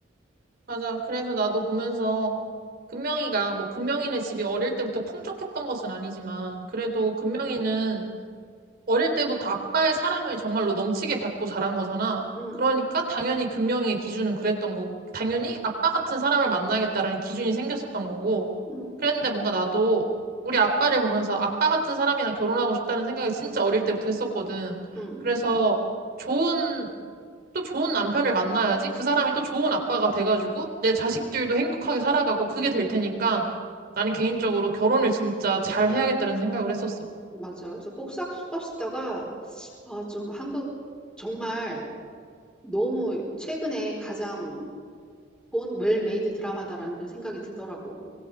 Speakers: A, on the right (about 50°); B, in the centre.
A: 맞아. 그래서 나도 보면서 금명이가 뭐 금명이네 집이 어릴 때부터 풍족했던 것은 아니지만 그래도 금명이는 어릴 때부터 아빠의 사랑을 정말로 넘치게 받고 자란 거잖아.
B: 응,
A: 그러니까 당연히 금명이의 기준은 그랬던 거고 당연히 아빠 같은 사람을 만나겠다라는 기준이 생겼었던 거고
B: 응, 응.
A: 그랬는데 뭔가 나도 우리 아빠를 보면서 아빠 같은 사람이랑 결혼하고 싶다는 생각을 진짜 어릴 때부터 했었거든.
B: 응.
A: 그래서 좋은 또 좋은 남편을 만나야지 그 사람이 또 좋은 아빠가 돼가지고 내 자식들도 행복하게 살아가고 그게 될 테니까 나는 개인적으로 결혼을 진짜 잘 해야겠다는 생각을 했었어.
B: 맞아. 그래서 복싹 수박 쓰다가 아, 좀 한국 정말 너무 최근에 가장 본 웰메이드 드라마다라는 그런 생각이 들더라고.